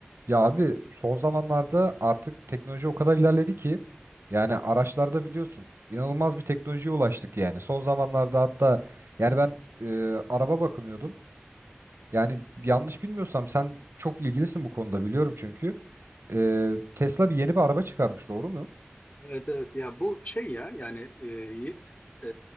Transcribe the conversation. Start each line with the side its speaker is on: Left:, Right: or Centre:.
Right: Ya abi son zamanlarda artık teknoloji o kadar ilerledi ki yani araçlarda biliyorsun inanılmaz bir teknolojiye ulaştık yani. Son zamanlarda hatta yani ben e, araba bakınıyordum. Yani yanlış bilmiyorsam sen çok ilgilisin bu konuda biliyorum çünkü. E, Tesla bir yeni bir araba çıkarmış doğru mu?
Left: Evet evet ya bu şey ya yani e, Yiğit e,